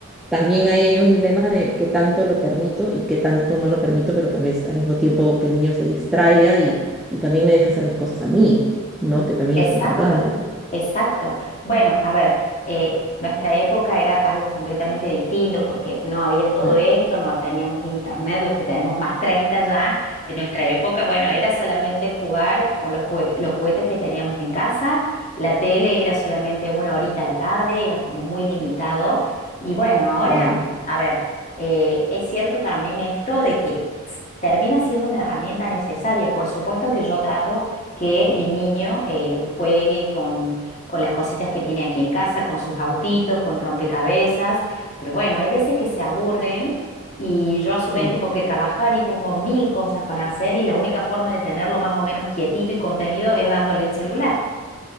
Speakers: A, in the centre; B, on the left.
A: también ahí hay un dilema de qué tanto lo permito y qué tanto no lo permito, pero tal vez al mismo tiempo que el niño se distraiga y, y también me deja hacer mis cosas a mí, ¿no? Que también
B: Exacto,
A: es importante.
B: exacto. Bueno, a ver, eh, nuestra época era algo completamente distinto porque no había todo
A: Cla-
B: esto, no teníamos internet, los que tenemos más 30 ya, en nuestra época, bueno, era solamente jugar con los jue- los juguetes que teníamos en casa, la tele era solamente una horita a la tarde, era como muy limitado. Y bueno, ahora,
A: Claro,
B: a ver, eh, es cierto también esto de que s- termina siendo una herramienta necesaria. Por supuesto que yo trato que mi niño eh, juegue con, con las cositas que tiene aquí en casa, con sus autitos, con rompecabezas. Pero bueno, hay veces que se aburren y yo a su
A: sí.
B: vez tengo que trabajar y tengo mil cosas para hacer y la única forma de tenerlo más o menos quietito y contenido es dándole el celular.